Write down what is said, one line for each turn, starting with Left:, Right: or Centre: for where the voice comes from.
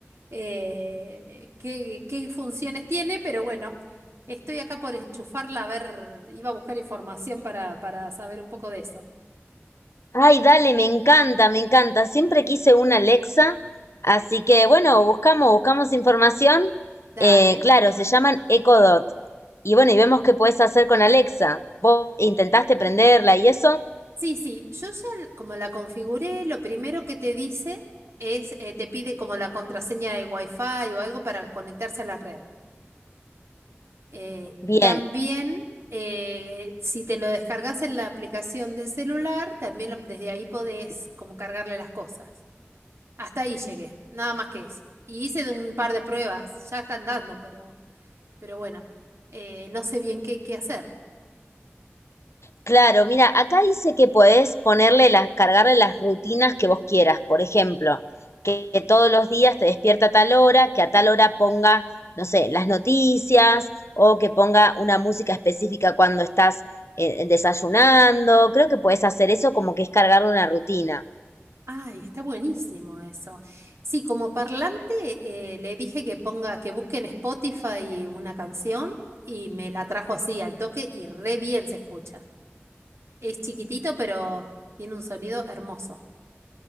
Right: Eh, qué, qué funciones tiene, pero bueno, estoy acá por enchufarla a ver, iba a buscar información para, para saber un poco de eso.
Left: Ay, dale, me encanta, me encanta. Siempre quise una Alexa, así que bueno, buscamos, buscamos información.
Right: Dale.
Left: Eh, claro, se llaman Echo Dot. Y bueno, y vemos qué puedes hacer con Alexa. ¿Vos intentaste prenderla y eso?
Right: Sí, sí, yo ya l- como la configuré, lo primero que te dice es, eh, te pide como la contraseña de Wi-Fi o algo para conectarse a la red. Eh,
Left: Bien.
Right: también, eh, si te lo descargas en la aplicación del celular, también lo- desde ahí podés como cargarle las cosas. Hasta ahí llegué, nada más que eso. Y hice de un par de pruebas, ya están dando, pero, pero bueno, eh, no sé bien qué, qué hacer.
Left: Claro, mira, acá dice que podés ponerle las, cargarle las rutinas que vos quieras. Por ejemplo, que, que todos los días te despierta a tal hora, que a tal hora ponga, no sé, las noticias o que ponga una música específica cuando estás eh, desayunando. Creo que podés hacer eso como que es cargar una rutina.
Right: Ay, está buenísimo eso. Sí, como parlante eh, le dije que ponga, que busque en Spotify una canción y me la trajo así al toque y re bien se escucha. Es chiquitito, pero tiene un sonido hermoso.